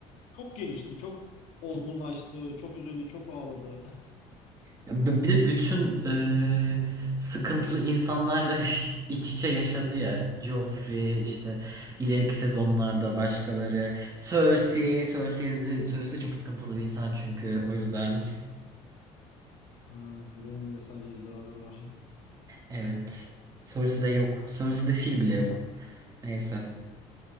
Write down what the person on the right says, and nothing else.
Ya b- Bir de bütün e, sıkıntılı insanlarla <laughs> iç içe yaşadı ya. Joffrey işte ileriki sezonlarda başkaları. Cersei, Cersei de, Cersei de çok sıkıntılı bir insan çünkü o yüzden.
Evet. Cersei de yok. Cersei de fil bile yok. Neyse.